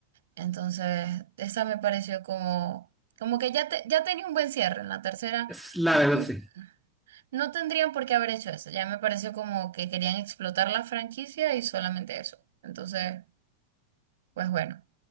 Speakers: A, on the right; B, in the centre.
A: Entonces, esa me pareció como, como que ya, te- ya tenía un buen cierre. En la tercera,
B: Es, la
A: n-
B: verdad,
A: n-
B: sí.
A: no tendrían por qué haber hecho eso. Ya me pareció como que querían explotar la franquicia y solamente eso. Entonces, pues bueno,